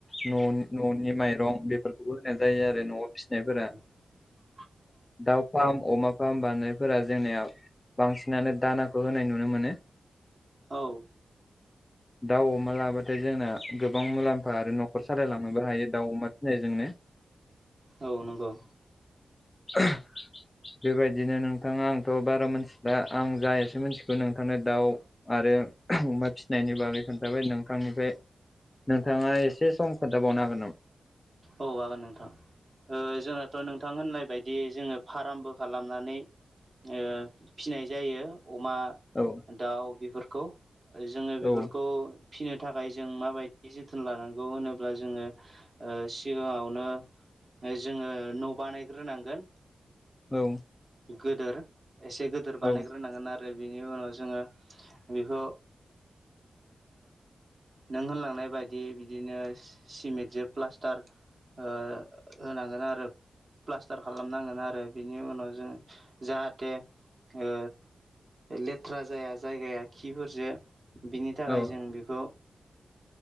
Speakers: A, on the left (about 25°); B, on the right (about 45°).
A: न'नि न'नि माइरं बेफोरखौबो होनाय जायो आरो न'आव फिसिनायफोरा
B: <inaudible>
A: दाउ फार्म अमा फार्म बानायनायफोरा जोंनियाव बांसिनानो दानाखौ होनाय नुनो मोनो
B: औ
A: दाउ अमा लाबाथाय जोंना गोबां मुलाम्फा आरो न'खर सालायलांनोबो हायो दाउ अमा फिसिनायजोंनो
B: औ नंगौ
A: <inaudible> बेबायदिनो नोंथाङा आंथ' बारा मिथिला आं जा एसे मिथिगौ नोंथां दाउ आरो अमा फिसिनायनि बागै खोन्थाबाय नोंथांनिफ्राय नोंथांङा एसे सम खोन्थाबावनो हागोन नामा
B: औ आागोन नोंथां जोंहाथ' नोंथां होननाय बायदि जोंङो फार्मबो खालामनानै ओ फिसाय जायो अमा
A: औ
B: दाउ बेफोरखौ जोंङो बेफोरखौ
A: औ
B: फिसिनो थाखाय जों माबायदि जोथोन लानांगौ होनोब्ला जोङो सिगांङावनो जोंङो न' बानायग्रोनांगोन
A: औ
B: गोदोर एसे गिदोर बानायग्रोनांगोन
A: औ
B: आरो आरो बिनि उनाव जोंङो बेखौ नों होनलांनाय बायदि बिदिनो सिमेन्टजों प्लास्टार ओ होनांगोन आरो प्लास्टार खालामनांगोन आरो बिनि उनाव जों जाहाथे ओ लेथ्रा जाया जायगाया खिफोरजों बिनि थाखाय
A: औ
B: जों बेखौ